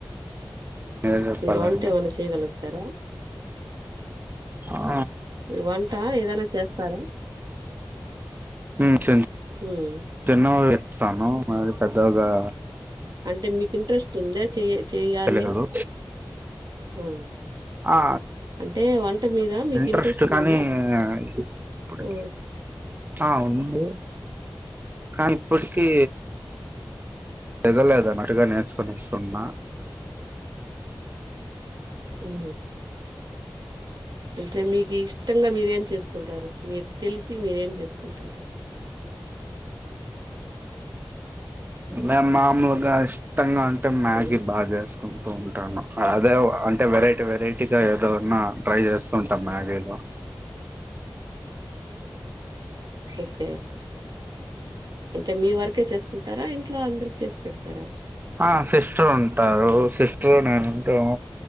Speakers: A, on the right; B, on the right.
A: మీరే చెప్పాలండి
B: మీరు వంట ఏమన్నా చేయగలుగుతారా
A: ఆ
B: ఆ వంట ఏదైనా చేస్తారా
A: ఉ చిన్
B: ఉమ్
A: చిన్నవి స్తను మరి పెద్దగా
B: అంటే మీకు ఇంట్రెస్ట్ తుందా చే చేయాలి
A: తెలియదు
B: ఆ
A: ఆ
B: అంటే వంట మీద మీకు
A: ఇంట్రెస్ట్ కానీ
B: ఉందా
A: ఇప్పుటికి
B: హ్మ్
A: ఆ ఉంది కానీ ఇప్పటికి దిగలేదు అన్నటుగా నేర్చుకొనిస్తున్నా
B: ఉ అంటే మీకు ఇష్టంగా మీరేం చేసుకుంటారు మీకు తెలిసి మీరేం చేసుకుంటారు
A: మే మాము ఇంకా ఇష్టంగా అంటే మ్యాగీ
B: హ్మ్
A: బా చేస్ కుంటూ ఉంటాను అదే అంటే వెరైటీ వెరైటీగా ఏదోన్నా ట్రై చేస్తూ ఉంటాను మ్యాగీలో
B: ఓకే అంటే మీ వరకే చేసుకుంటారా ఇంట్లో అందరికి చేసి పెడతారా
A: ఆ సిస్టర్ ఉన్ టారు సిస్టర్ నేనుంటా